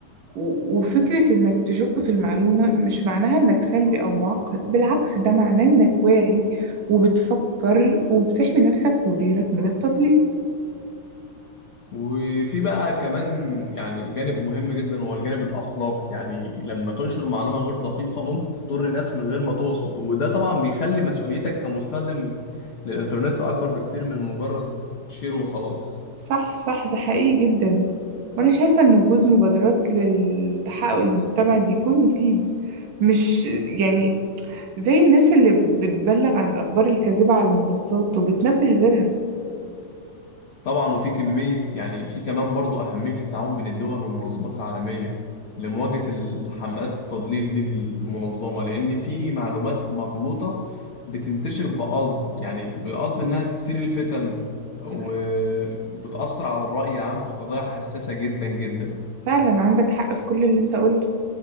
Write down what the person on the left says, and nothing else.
وفي بقى كمان يعني جانب مهم جدا وهو الجانب الأخلاقي يعني لما تنشر معلومة غير دقيقة ممكن تضر ناس من غير ما تقصد وده طبعا بيخلي مسؤوليتك كمستخدم للإنترنت أكبر بكتير من مجرد شير وخلاص
طبعا وفي كمية يعني في كمان برضو أهمية التعاون بين الدول والمنظمات العالمية لمواجهة الحملات التضليل دي المنظمة لأن في معلومات مغلوطة بتنتشر بقصد يعني بقصد إنها تثير الفتن و-
وبتأثر على الرأي العام في قضايا حساسة جدا جدا